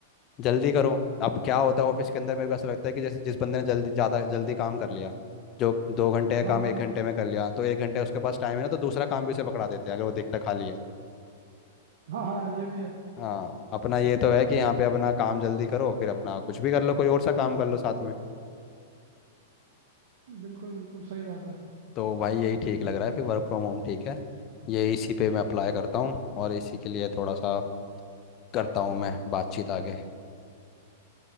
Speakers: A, on the left; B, on the right.
A: जल्दी करो अब क्या होता है ऑफिस के अंदर मेरे को ऐसा लगता है कि जैसे जिस बंदे ने जल्दी ज़्यादा जल्दी काम कर लिया जो दो घंटे का
B: हाँ
A: काम एक घंटे में कर लिया तो एक घंटे उसके पास टाइम है ना तो दूसरा काम भी उसे पकड़ा देते हैं अगर वो देखता खाली है
B: हाँ हाँ हाँ ये भी है
A: हाँ अपना ये तो है कि यहाँ पे अपना काम जल्दी करो फिर अपना कुछ भी कर लो कोई और सा काम कर लो साथ में
B: बिल्कुल बिल्कुल सही बात है
A: तो भाई यही ठीक लग रहा है फिर वर्क फ्रॉम होम ठीक है ये इसी पे मैं अप्लाई करता हूँ और इसी के लिए थोड़ा सा करता हूँ मैं बातचीत आगे